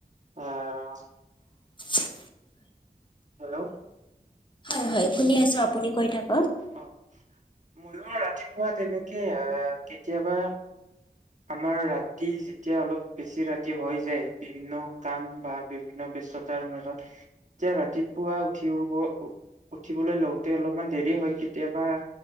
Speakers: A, on the right; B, on the left.
A: আহ
B: <inaudible>
A: হেল্ল'।
B: হয় হয় শুনি আছো আপুনি কৈ থাক
A: অ ময়ো ৰাতিপুৱা তেনেকে আহ কেতিয়াবা আমাৰ ৰাতি যেতিয়া অলপ বেছি ৰাতি হৈ যায় বিভিন্ন কাম বা বিভিন্ন ব্যস্ততাৰ মাজত যেতিয়া ৰাতিপুৱা উঠি হ'ব উঠিবলৈ লওঁতে অলপমান দেৰি হয় কেতিয়াবা